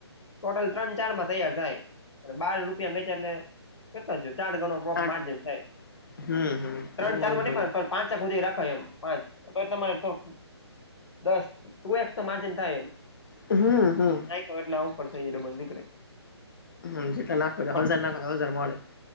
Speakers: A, on the left; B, on the left.
A: ટોટલ ત્રણ ચાર માં તૈયાર થાય અને બાર રૂપિયા <unintelligible> કેટલો જો ચાર ગણ કોક
B: આઠ
A: માર્જન થાય
B: હમ હમ
A: ત્રણ
B: તો
A: ચાર
B: વાંધો
A: માં નહી
B: નઈ
A: પાંચ હુંધી રખાય એમ પાંચ તો તમારે <unintelligible> દસ ટુ એક્સ તો માર્જિન થાય એ
B: હમ્મ હમ્મ.
A: <unintelligible> ઉપર થઈ જાય ડબલ નીકળે
B: હ જેટલા નાખો
A: પણ
B: હજાર નાખો હજાર મળે